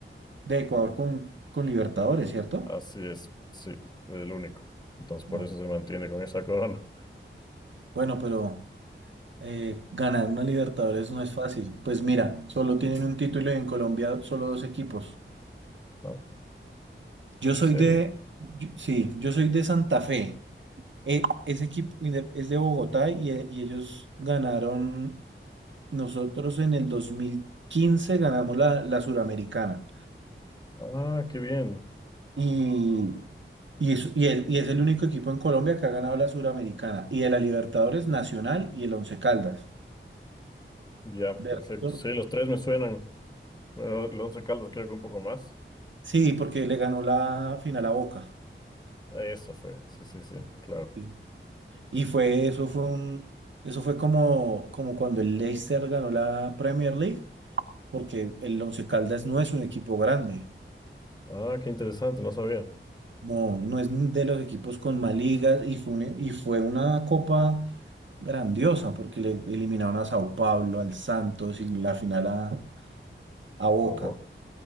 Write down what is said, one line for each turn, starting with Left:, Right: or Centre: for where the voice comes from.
Right: de Ecuador con, con Libertadores, ¿cierto?
Left: Así es, sí, el único. Entonces por
Right: No.
Left: eso se mantiene con esa corona.
Right: Bueno, pero eh, ganar una Libertadores no es fácil. Pues mira, solo tienen un título y en Colombia solo dos equipos.
Left: Ah,
Right: Yo
Left: ¿en
Right: soy
Left: serio?
Right: de, yo- sí, yo soy de Santa Fe. E- ese equipo inde- es de Bogotá y, e- y ellos ganaron, nosotros en el 2015 ganamos la, la Suramericana.
Left: Ah, qué bien.
Right: Y, y, es, y, el- y es el único equipo en Colombia que ha ganado la Suramericana. Y de la Libertadores Nacional y el Once Caldas.
Left: Ya,
Right: De
Left: perfecto.
Right: resto,
Left: Sí, los tres me suenan. Bueno, el Once Caldas creo que un poco más.
Right: Sí, porque le ganó la final a Boca.
Left: Eso fue. Sí, sí, sí, claro.
Right: Sí. Y fue, eso fue un, eso fue como, como cuando el Leicester ganó la Premier League, porque el Once Caldas no es un equipo grande,
Left: Ah, qué interesante, no sabía.
Right: no, no es de los equipos con más ligas y fue, un- y fue una copa grandiosa, porque le eliminaron a Sao Paulo, al Santos y la final a, a Boca.
Left: Ah, wow,